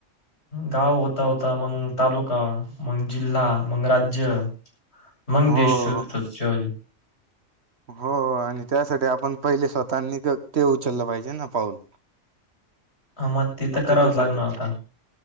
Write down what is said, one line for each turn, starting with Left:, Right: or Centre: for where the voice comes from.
Left: गाव होता होता मंग तालुका मंग जिल्हा मंग राज्य मंग
Right: हो
Left: देश ससल
Right: हो आणि त्यासाठी आपण पहिले स्वतःनी ते उचललं पाहिजे ना पाऊल
Left: ह मग तिथं
Right: स्वच्छतेसाठी
Left: करावंच लागणार आता